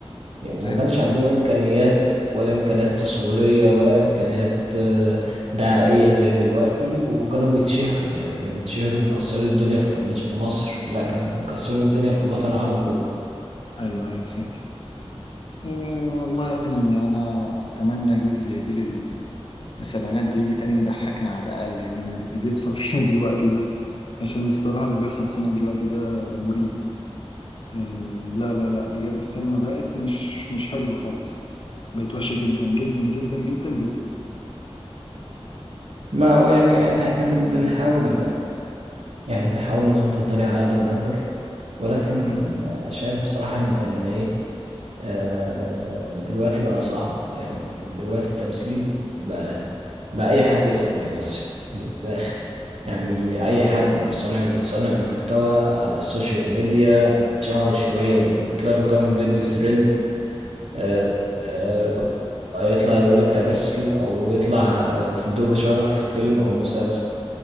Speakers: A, on the right; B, on the left.
A: يعني وما
B: ايوه
A: كانش
B: بالظبط
A: عندهم إمكانيات ولا إمكانيات تصويرية ولا إمكانيات آه، دعائية زي دلوقتي وكانوا بيتشهروا يعني كانوا بيتشهروا مكسرين الدنيا في مش في مصر لا كانوا مكسرين الدنيا في الوطن العربي كله
B: أيوه أيوه فهمت إيه والله يا ابني أنا أتمنى جيل زي جيل ال- السبعينات ده يجي تاني يضحكنا على الأقل يعني من اللي بيحصل <laughs> فينا دلوقتي ده عشان الصراحة اللي بيحصل فينا دلوقتي ده مريب يعني لا لا لا بجد السينما بقت مش مش حلوة خالص بقت وحشة جدا جدا جدا جدا جدا
A: ما هو يعني احنا بن- بنحاول يعني بنحاول نظبط الدنيا على قد ما نقدر ولكن
B: مم.
A: آه، شايف بصراحة إن إن إيه آه، دلوقتي بقى صعب يعني دلوقتي التمثيل بقى بقى اي حد يدخل يمثل من الاخر يعني
B: مم.
A: اي حد صانع صانع محتوى على السوشيال ميديا بتشهر شويه وطلع له كام فيديو ترند آه، آه، بقى يطلع يقول لك امثل او يطلع آه، في دور شرف في فيلم او مسلسل